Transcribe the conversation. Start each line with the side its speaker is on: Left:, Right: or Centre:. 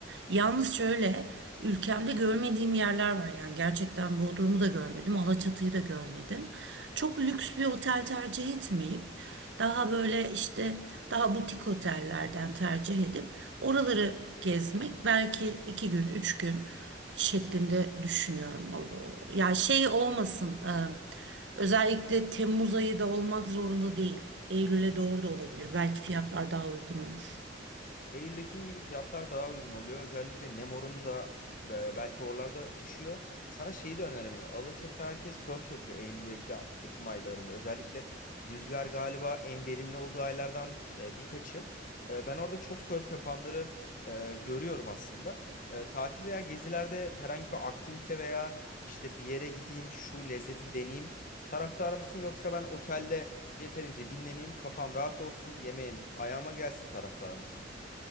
Right: Yalnız şöyle ülkemde görmediğim yerler var yani gerçekten Bodrum'u da görmedim, Alaçatı'yı da görmedim. Çok lüks bir otel tercih etmeyip daha böyle işte daha butik otellerden tercih edip oraları gezmek belki iki gün, üç gün şeklinde düşünüyorum. O, o- ya şey olmasın. e, özellikle Temmuz ayı da olmak zorunda değil. Eylül'e doğru da olabilir. Belki fiyatlar daha uygun olur.
Left: Eylül-Ekim gibi fiyatlar daha uygun oluyor. Özellikle nem oranı da e, belki oralarda düşüyor. Sana şeyi de önerebilirim. Alaçatı herkes sörf yapıyor Eylül-Ekim aylarında. Özellikle rüzgar galiba en verimli olduğu aylardan e, birkaçı. E, ben orada çok sörf yapanları e, görüyorum aslında. E, tatil veya gezilerde herhangi bir aktivite veya işte bir yere gideyim, şu lezzeti deneyeyim taraftarı mısın? Yoksa ben otelde yeterince dinleneyim, kafam rahat olsun, yemeğim ayağıma gelsin taraftar mısın?